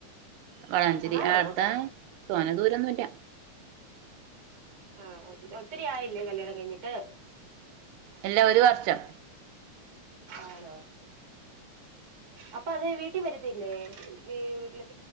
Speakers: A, on the right; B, on the right.
A: വളാഞ്ചേരി
B: ആണോ
A: അടുത്താ തോന്ന ദൂരൊന്നും ഇല്ല
B: ആഹ ഒത്തിരി ആയില്ലേ കല്യാണം കഴിഞ്ഞിട്ട്
A: ഇല്ല ഒരു വർഷം
B: ആണോ അപ്പൊ അത് വീട്ടിൽ വരത്തില്ലേ വീട്ടില